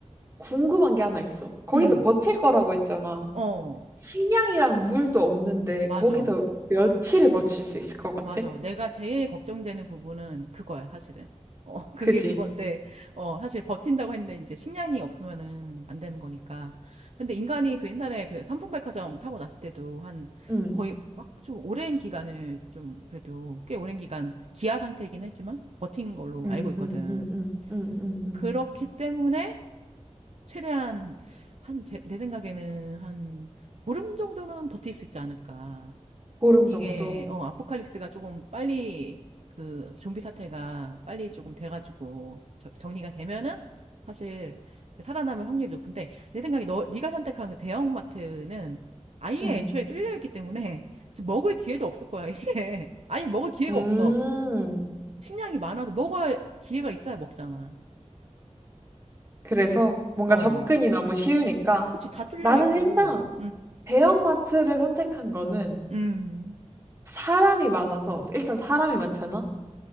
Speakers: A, on the right (about 20°); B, on the right (about 60°).
A: 궁금한 게 하나 있어. 거기서
B: 응.
A: 버틸 거라고 했잖아.
B: 어.
A: 식량이랑 물도 없는데
B: 맞아.
A: 거기서 며칠을 버틸 수 있을 것 같아?
B: 맞아. 내가 제일 걱정되는 부분은 그거야, 사실은. 어, <laughs> 그게
A: 그지?
B: 그건데, 어, 사실 버틴다고 했는데 이제 식량이 없으면은 안 되는 거니까. 근데 인간이 그 옛날에 그 삼풍백화점 사고 났을 때도 한
A: 응,
B: 거의 막 좀 오랜 기간을 좀 그래도 꽤 오랜 기간 기아 상태이긴 했지만 버틴 걸로
A: 응,
B: 알고 있거든.
A: 응, 응, 응, 응, 응, 응.
B: 그렇기 때문에 최대한 한, 제, 내 생각에는 한 보름 정도는 버틸 수 있지 않을까.
A: 보름
B: 이게
A: 정도.
B: 어 아포칼립스가 조금 빨리 그 좀비 사태가 빨리 조금 돼가지고 저- 정리가 되면은 사실 그 살아남을 확률이 높은데 내 생각에 너 네가 선택한 그 대형마트는 아예
A: 응.
B: 애초에 뚫려 있기 때문에 <laughs> 지금 먹을 기회도 없을 거야 이제 <laughs> 아예 먹을 기회가
A: 음,
B: 없어 식량이 많아도 먹을 기회가 있어야 먹잖아
A: 그래서 뭔가
B: 어
A: 접근이 너무 쉬우니까
B: 그치 다 뚫려
A: 나는
B: 있고
A: 일단 대형마트를 선택한 거는
B: 음음음어
A: 사람이 많아서 일단 사람이 많잖아.